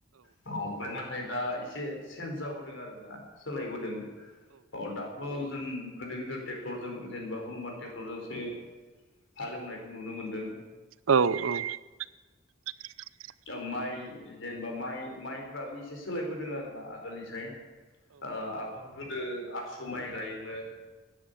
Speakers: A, on the left (about 65°); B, on the right (about 85°).
A: ओमफ्राय नाथाय दा एसे चेन्ज जाबोदों आरो ना सोलायबोदों औ दाथ' जों गोदिर गिदिर ट्रेक्टरजों जेनेबा हनुमान ट्रेक्टरजोंसो हालेवनायखौ नुनो मोनदों
B: औ औ <inaudible>
A: ओ माइ जेनेबा माइ माइफ्राबो एसे सोलायबोदों आरोना आगोलनिसाय ओ आगोल गोदो आसु माइ गायोमोन